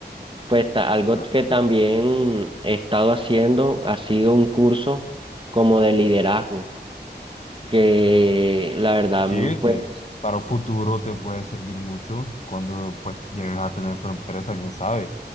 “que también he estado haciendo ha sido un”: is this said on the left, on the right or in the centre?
Right